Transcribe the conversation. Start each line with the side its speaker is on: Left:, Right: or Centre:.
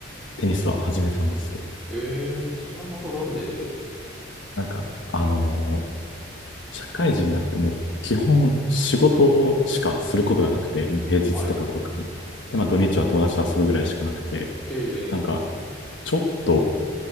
Left: テニスは始めたんですよ。
Centre: ええそれはまたなんで、
Left: なんか、あのー社会人になっても、基本仕事しかすることがなくて、もう平日とか特に。
Centre: はい、
Left: で、まあ土日は友達と遊ぶぐらいしかなくて、
Centre: ええ
Left: なんか、ちょっと